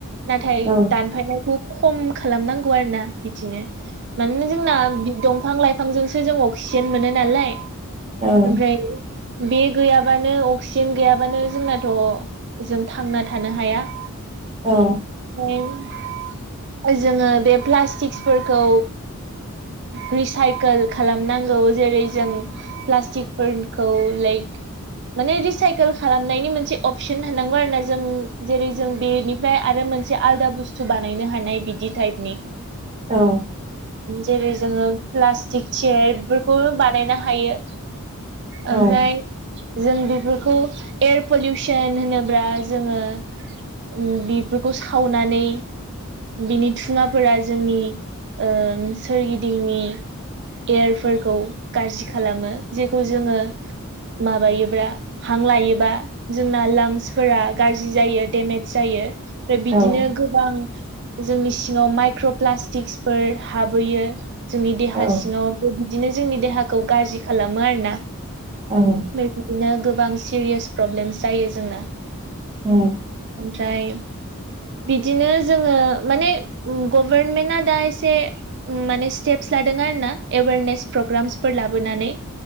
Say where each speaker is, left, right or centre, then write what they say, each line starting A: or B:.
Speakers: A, on the right; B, on the right.
A: नाथाय
B: औ
A: दानफायनाय खौ खम खालामनांगौ आरोोना बिदिनो मानोना जोंना दंफां लाइफां बिफांजोंसो जों अक्सिजेन मोनो नालाय
B: औ
A: ओमफ्राय बे गैयाबानो अक्सिजेन गैयाबानो जोंनाथ' जों थांना थानो हाया
B: औ
A: ओमफ्राय जोङो बे प्लास्टिकसफोरखौ रिसाइकेल खालामनांग जेरै जों पटिकफोरखौ लाइक माने रिसाइकेल खालामनायनि मोनसे अपसन होननांगौ आरो ना जों जेरै जों बेनि ओमफ्राय आरो मोनसे आलादा बुस्थु बानायनो हानाय बिदि टाइपनि
B: औ
A: जेरै जोङो प्लास्टिक चेयार बेफोरखौ बानायनो हायो ओमफ्राय
B: औ
A: जों बेफोरखौ एयार पलिउसन होनोब्ला जोङो उम बेफोरखौ सावनानै बिनि थुङाफोरा जोंनि ओम सोरगिदिंनि एयारफोरखौ गाज्रि खालामो जेखौ जोङो माबायोब्ला हां लायोबा जोंना लांसफोरा गाज्रि जायो डेमेज जायो। ओमफ्राय बिदिनो
B: औ
A: गोबां जोंनि सिङाव माइक्र' प्लास्टिक्सफोर हाबोयो जोंनि देहा
B: औ
A: सिङाव बेबायदिनो जोंनि देहाखौ गाज्रि खालामो आरोना।
B: ओं
A: बेबायदिनो गोबां सिरियास प्रब्लेम जायो जोंना।
B: उम
A: ओमफ्राय बिदिनो जोङो माने उम गभारनमेन्टआ दा एसे उम माने स्टेपस लादों आर ना एवेरनेस प्रग्रामसफोर लाबोनानै